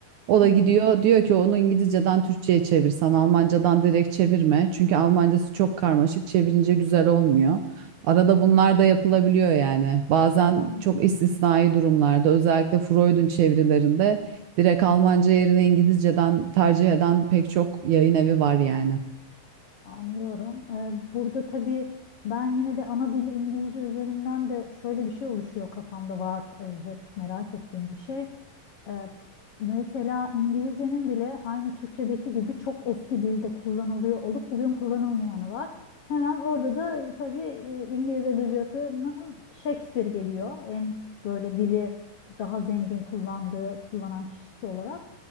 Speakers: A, on the right; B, on the left.
A: O da
B: Hmm.
A: gidiyor diyor ki onu İngilizceden Türkçe'ye çevirsen Almancadan direkt çevirme. Çünkü Almancası çok karmaşık çevirince güzel olmuyor. Arada bunlar
B: Hı
A: da yapılabiliyor yani. Bazen
B: hı.
A: çok istisnai durumlarda özellikle Freud'un çevirilerinde Direkt Almanca yerine İngilizceden tercih eden pek çok yayın evi var yani.
B: Anlıyorum. Ee, burada tabii ben yine de ana dili İngilizce üzerinden de şöyle bir şey oluşuyor kafamda var e, hep merak ettiğim bir şey. Ee, mesela İngilizcenin bile aynı Türkçedeki gibi çok eski dilde kullanılıyor olup bugün kullanılmayanı var. Hemen orada da e, tabii e, İngiliz edebiyatının Shakespeare geliyor. En böyle dili daha zengin kullandığı, kullanan kişisi olarak.